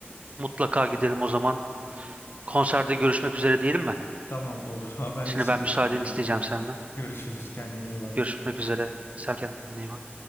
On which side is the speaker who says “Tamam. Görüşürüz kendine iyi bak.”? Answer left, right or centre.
Left